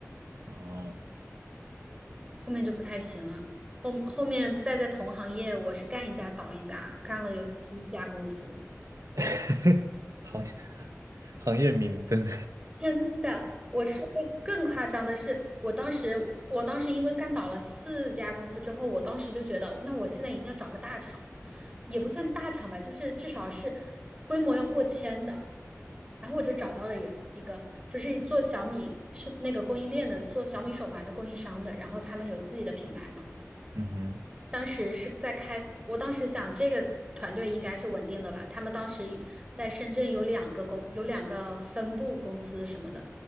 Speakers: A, on the right (about 85°); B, on the right (about 20°).
A: 哦，
B: 后面就不太行了。后后面再在同行业，我是干一家倒一家，干了有七家公司。
A: <laughs> 行业行业明灯，
B: 真的，我说的更夸张的是，我当时，我当时因为干倒了四家公司之后，我当时就觉得，那我现在一定要找个大厂，也不算大厂吧，就是至少是规模要过千的。然后我就找到了一一个，就是做小米是那个供应链的，做小米手环的供应商的，然后他们有自己的品牌嘛。
A: <laughs> 嗯哼，
B: 当时是在开，我当时想这个团队应该是稳定了吧？他们当时在深圳有两个公，有两个分部公司什么的。